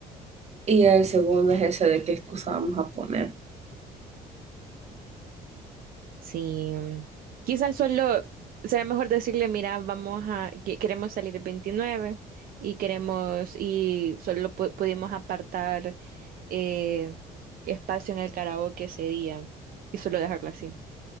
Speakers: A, on the right; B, on the right.
A: y el segundo es ese de qué excusa vamos a poner.
B: Sí, quizás solo será mejor decirle, mira, vamos a, que- queremos salir el 29 y queremos, y solo pu- pudimos apartar eh, espacio en el karaoke ese día y solo dejarlo así.